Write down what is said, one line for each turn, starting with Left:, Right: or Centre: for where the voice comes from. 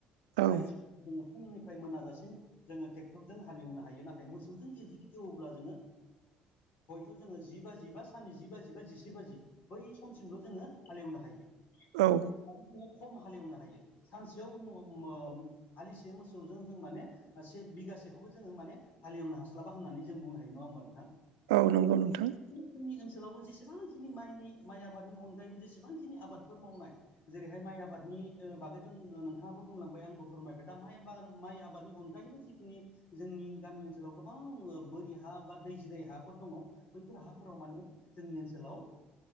Right: औ
Left: जाय सम जोङो फुंनिफ्राय मोनाजासिम जोङो ट्रेक्टरजों हालेवनो हायो नाथाय मोसौजों जुदि एवोब्ला जोङो हयथ' जोङो जि बाजि बा साननै जि बाजि बा जिसे बाजि बै समसिमल' जोङो हालेवनो हायो।
Right: औ।
Left: आरो बे खम हालेवनो हायो। सानसेयाव हालिसे मोसौजों जों माने से बिगासेखौबो जोङो माने हालेवनो हास्लाबा होननानै जों बुंनो हायो नङा होनोमबा नोंथां।
Right: औ नंगौ नोंथां।
Left: जोंनि ओनसोलावबो जेसेबांखिनि माइनि माइ आबादनि अनगायैबो जेसेबांखिनि आबादफोर मावनाय जेरैहाय माइ आबादनि बागैथ' नोंथाङाबो बुंलांबाय आंबो फोरमायबाय दा माइ बागान माइ आबादनि अनगायैबो जिखिनि जोंनि गामि ओनसोलाव गोबां बोरि हा बा दै जिराय हाफोर दङ। बैफोर हाहाफोराव माने जोंनि ओनसोलाव